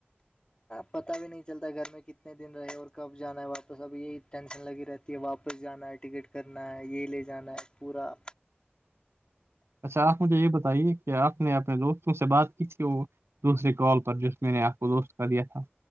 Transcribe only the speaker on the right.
اچھا آپ مجھے یہ بتائیے کہ آپ نے اپنے دوستوں سے بات کی تھی وہ دوسرے کال پر جوس میں نے آپ کو دوست کا دیا تھا